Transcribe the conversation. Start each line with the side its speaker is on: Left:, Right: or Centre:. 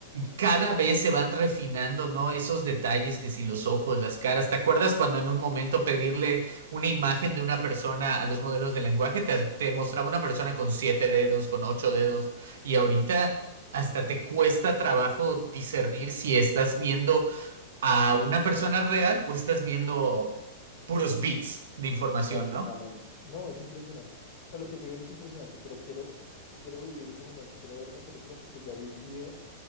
Right: cada vez se van refinando, ¿no? Esos detalles que si los ojos, las caras, ¿te acuerdas cuando en un momento pedirle una imagen de una persona a los modelos de lenguaje, te, te mostraba una persona con siete dedos, con ocho dedos, y ahorita hasta te cuesta trabajo discernir si estás viendo a una persona real o estás viendo puros bits de información,
Left: Exactamente.
Right: ¿no?
Left: No, es impresionante. O sea, lo que se viene es impresionante, pero quiero, quiero vivir ese momento, quiero ver esa película porque ya vi un video